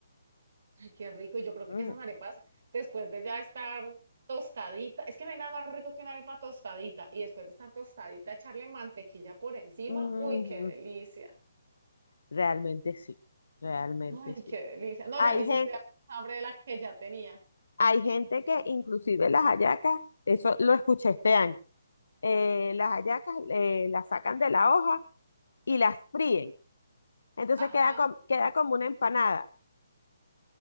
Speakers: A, on the right; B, on the left.
A: Ay, qué rico. Y yo creo que
B: Mm,
A: esas arepas, después de ya estar tostadita, es que no hay nada más rico que una arepa tostadita. Y después de estar tostadita, echarle mantequilla por encima.
B: mm,
A: Uy, qué delicia.
B: realmente sí, realmente
A: Ay,
B: sí.
A: qué delicia. No,
B: Hay
A: ya me hiciste
B: gente,
A: dar más hambre de la que ya tenía.
B: hay gente que inclusive las hallacas, eso lo escuché este año, eh, las hallacas eh, las sacan de la hoja y las fríen. Entonces
A: Ajá.
B: queda, com- queda como una empanada.